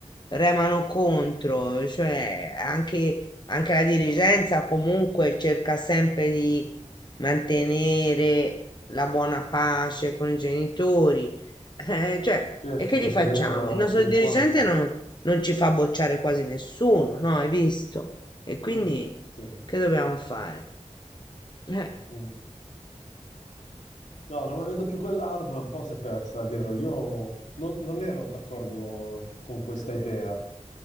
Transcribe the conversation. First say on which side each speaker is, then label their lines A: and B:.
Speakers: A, on the left; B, on the left.
A: remano contro,
B: eh,
A: cioè anche, anche la dirigenza comunque cerca sempre di mantenere la buona pace con i genitori. Eh, cioè,
B: certo,
A: e che
B: perché
A: gli facciamo?
B: lei ne avrà
A: Il nostro
B: 50.
A: dirigente non, non ci fa bocciare quasi nessuno, no? Hai visto? E quindi
B: Mm, sì,
A: che dobbiamo fare? Eh.
B: mm. No, non avendo più quell'arma, un po' si è persa, è vero. Io non, non ero d'accordo con questa idea.